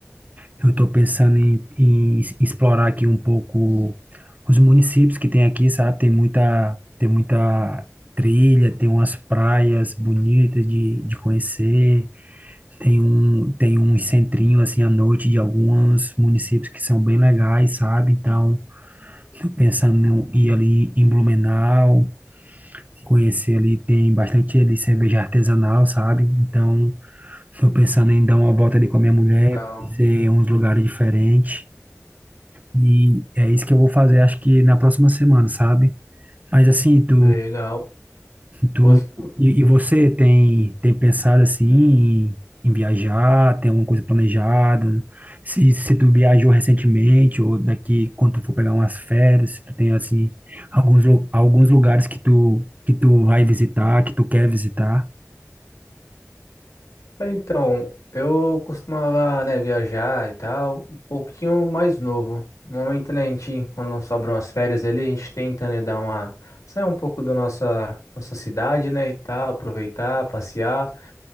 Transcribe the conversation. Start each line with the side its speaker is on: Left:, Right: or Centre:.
Right: Eu estou pensando em, em explorar aqui um pouco os municípios que tem aqui, sabe? Tem muita, tem muita trilha, tem umas praias bonitas de, de conhecer, tem um, tem um centrinho assim à noite de alguns municípios que são bem legais, sabe? Então, estou pensando em ir ali em Blumenau, conhecer ali, tem bastante ali cerveja artesanal, sabe? Então, estou pensando em dar uma volta ali com a minha mulher,
Left: Então,
Right: conhecer uns lugares diferentes. E é isso que eu vou fazer, acho que na próxima semana, sabe? Mas assim, tu,
Left: Legal.
Right: tu
Left: Você-
Right: e, e você tem, tem pensado assim em, em viajar, tem alguma coisa planejada? Se, se tu viajou recentemente ou daqui quando tu for pegar umas férias, se tu tem assim alguns lu- alguns lugares que tu que tu vai visitar, que tu quer visitar?
Left: Então, eu costumava, né, viajar e tal, um pouquinho mais novo. No momento, né, a gente, quando sobram as férias ali, a gente tenta, né, dar uma... sair um pouco da nossa, nossa cidade, né, e tal, aproveitar, passear.